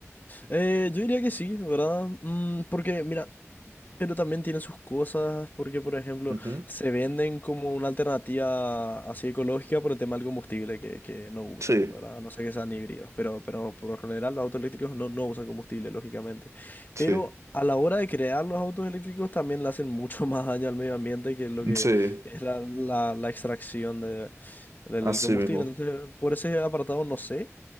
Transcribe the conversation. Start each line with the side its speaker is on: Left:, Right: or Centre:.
Left: Eh, yo diría que sí, ¿verdad? Mm, porque, mira, pero también tienen sus cosas porque, por ejemplo,
Right: Ujú.
Left: se venden como una alternativa así ecológica por el tema del combustible que, que no usan,
Right: Sí,
Left: ¿verdad? A No sé que sean híbridos, pero, pero por lo general los autos eléctricos no, no usan combustible, lógicamente.
Right: sí,
Left: Pero a la hora de crear los autos eléctricos también le hacen mucho <laughs> más daño al medio ambiente que lo que
Right: sí,
Left: es la, la, la extracción de, del
Right: así
Left: del combustible.
Right: mismo.
Left: Entonces, por ese apartado no sé.